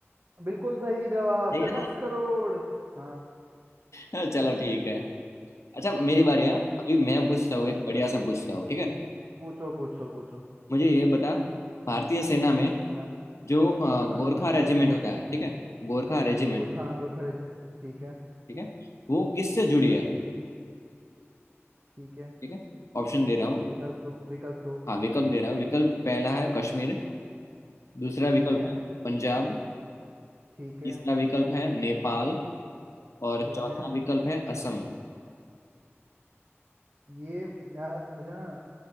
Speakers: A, on the right (about 50°); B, on the left (about 80°).
A: बिल्कुल सही जवाब
B: ठीक
A: दस
B: है
A: करोड़ हाँ
B: ना <laughs> चलो ठीक है अच्छा मेरी बारी
A: ठीक
B: है अभी
A: है
B: मैं पूछता हूँ
A: हाँ
B: एक
A: तुम्हारी
B: बढ़िया सा पूछता हूँ ठीक है
A: पूछो पूछो पूछो
B: मुझे ये बता भारतीय सेना में
A: हाँ
B: जो अ,
A: हाँ भारतीय
B: गोरखा
A: सेना
B: रेजिमेंट
A: में
B: होता है ठीक है गोरखा रेजिमेंट
A: गोरखा हाँ गोरखा रीजन ठीक है
B: ठीक है वो किससे जुड़ी
A: हाँ
B: है
A: ठीक है
B: ठीक है ऑप्शन दे रहा हूँ
A: विकल्प दो विकल्प दो
B: हाँ विकल्प दे रहा हूँ विकल्प पहला है कश्मीर दूसरा
A: ठीक
B: विकल्प
A: है
B: है पंजाब
A: ठीक
B: तीसरा
A: है
B: विकल्प है नेपाल और
A: ठीक
B: चौथा
A: है
B: विकल्प है असम
A: ये यार मुझे ना